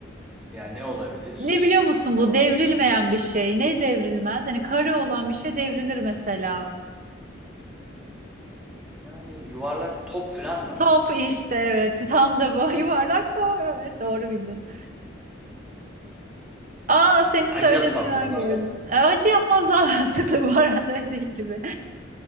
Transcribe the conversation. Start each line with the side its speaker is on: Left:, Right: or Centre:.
Centre: Yani ne olabilir?
Right: Ne biliyor musun
Centre: Ne
Right: bu
Centre: olabilir?
Right: devrilmeyen bir şey. Ne devrilmez? Yani kare olan bir şey devrilir mesela.
Centre: Yani yuvarlak top falan mı?
Right: Top işte evet. <laughs> Tam da bu <laughs> yuvarlak top evet doğru bildin. Aa senin
Centre: Ya
Right: söylediğini
Centre: Hacı Yatmaz
Right: ben
Centre: da yuvarlak.
Right: gördüm. Ee, Acı yapmaz daha <laughs> mantıklı bu arada dediğin gibi.